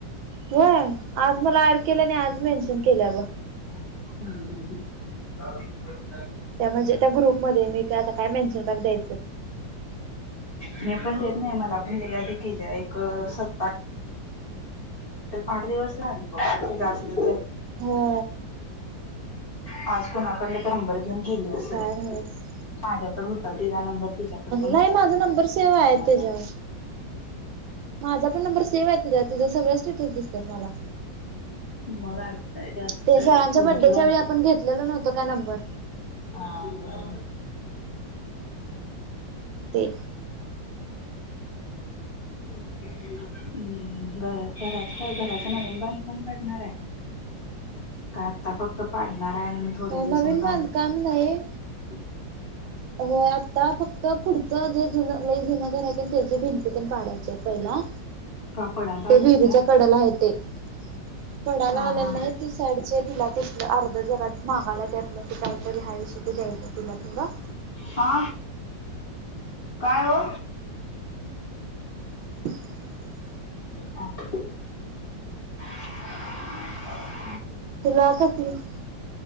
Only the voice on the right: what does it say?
होय आज मला ऍड केलं आणि आज मेन्शन केल्या बघ
त्या म्हणजे त्या ग्रुपमध्ये मी आता काय मेन्शन करत्याय
हो
काय नव्हच
नाही माझा नंबर सेव्ह आहे
त्याच्यावर माझा पण नंबर सेव्ह आहे त जस वेस्ट येतच दिसतात मला
ते सरांच्या
बडडेच्या
वेळी आपण घेतलेल नव्हत काय नंबर
ते-
नवीन
बांधकाम
नाही. होय आता फक्त पुढच जे जुन लयी जुनागर <inaudible> त्या भिंती पण पाडायचे आहेत पहिला
ते
विहिरीच्या
कड्याला आहे ते <inaudible> पडायला
आलेली
नाही ती साईडचे तिला तसलं अर्ध जरा मागाला त्यातलं क काहीतरी हा- ते देयच तुला तड <inaudible>
<unintelligible>
तुला का त <inaudible>